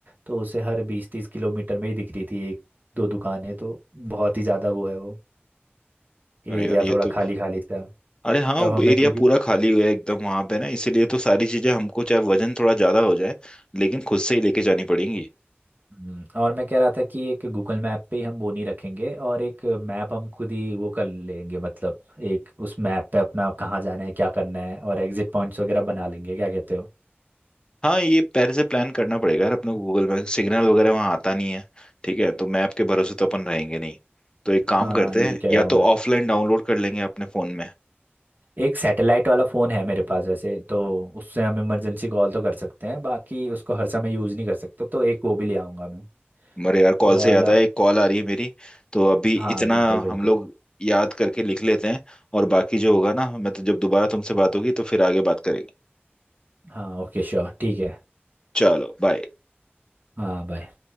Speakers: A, on the right (about 50°); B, on the left (about 20°).
A: तो उसे हर बीस तीस किलोमीटर में ही दिख रही थी एक दो दुकानें तो बहुत ही ज़्यादा वो है वो एरिया
B: अरे यार ये
A: थोड़ा
B: तो
A: खाली खाली था
B: अरे हाँ
A: तब
B: वो
A: हमें
B: एरिया
A: पूरी
B: पूरा खाली हुआ है एकदम वहां पे ना इसीलिए तो सारी चीजें हमको चाहे वजन थोड़ा ज्यादा हो जाए लेकिन खुद से ही लेके जानी पड़ेंगी
A: हम्म, और मैं कह रहा था कि एक गूगल मैप पे ही हम बोनी रखेंगे और एक मैप हम खुद ही वो कर लेंगे मतलब एक उस मैप पे अपना कहाँ जाना है क्या करना है और एग्जिट पॉइंट्स वगैरह बना लेंगे क्या कहते हो
B: हाँ ये पहले से प्लान करना पड़ेगा यार अपने को गूगल में सिग्नल वगैरह वहाँ आता नहीं है ठीक है तो मैप के भरोसे तो अपन रहेंगे नहीं तो एक काम
A: हाँ
B: करते
A: यही
B: हैं
A: कह
B: या
A: रहा
B: तो
A: हूँ मैं
B: ऑफलाइन डाउनलोड कर लेंगे अपने फोन में
A: एक सैटेलाइट वाला फ़ोन है मेरे पास वैसे तो उससे हम इमरजेंसी कॉल तो कर सकते हैं बाकी उसको हर समय यूज़ नहीं कर सकते तो एक वो भी ले आऊँगा मैं
B: मरे यार कॉल
A: वो
B: से
A: वाला
B: याद आया एक कॉल आ रही है मेरी तो अभी
A: हाँ
B: इतना
A: बिल्कुल बिल्कुल
B: हम लोग याद करके लिख लेते हैं और बाकी जो होगा ना मैं तो जब दोबारा तुमसे बात होगी तो फिर आगे बात करेंगे
A: हाँ ओके श्योर ठीक है
B: चलो बाय
A: हाँ बाय